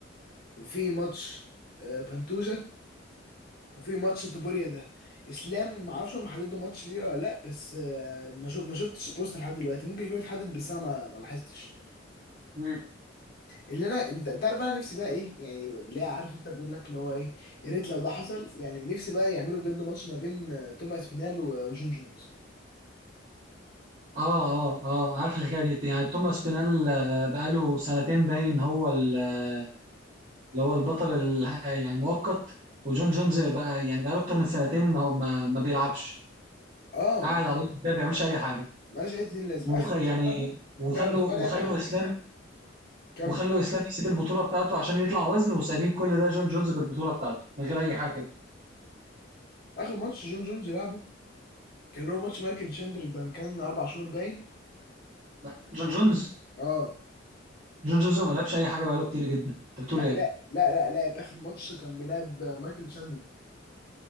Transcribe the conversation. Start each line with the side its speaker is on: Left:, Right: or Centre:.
Left: وفي ماتش آه، بنتوجا وفي ماتش توبوريا ده اسلام ما اعرفش هم حددوا ماتش ليه ولا لا بس آه، ما شو- ما شفتش بوست لحد دلوقتي ممكن يكون اتحدد بس انا ما ما لاحظتش
Right: مم.
Left: اللي انا انت تعرف انا نفسي بقى ايه يعني اللي هي عارف انت بيقول لك اللي هو ايه يا ريت لو ده حصل يعني نفسي بقى يعملوا بجد ماتش ما بين آه، توماس بينال و- آه، وجون جونز
Right: اه اه اه عارف الحكاية دي يعني توماس بينال آه، بقاله سنتين باين هو ال- آه، اللي هو البطل ال- آه، يعني مؤقت وجون جونز بقى يعني بقاله أكتر من سنتين هو ما, ما بيلعبش
Left: اه
Right: قاعد
Left: مش
Right: على طول كده ما بيعملش أي حاجة
Left: ملهاش اي لازمه
Right: وخ...
Left: اخر
Right: يعني
Left: ماتش لعبه
Right: وخلوا
Left: لا بس هو لعب
Right: وخلوا
Left: اخر
Right: اسلام
Left: كمل
Right: وخلوا اسلام يسيب البطوله بتاعته عشان يطلع وزن وسايبين كل ده جون جونز بالبطوله بتاعته من غير اي حاجه كده
Left: اخر ماتش جون جونز لعبه كان اللي هو ماتش مايكل تشاندلر ده من كان اربع شهور باين
Right: لا جون جونز
Left: اه
Right: جون جونز ما لعبش اي حاجه بقاله كتير جدا انت بتقول
Left: لا
Right: ايه
Left: لا لا لا لا اخر ماتش كان بيلعب مايكل تشاندلر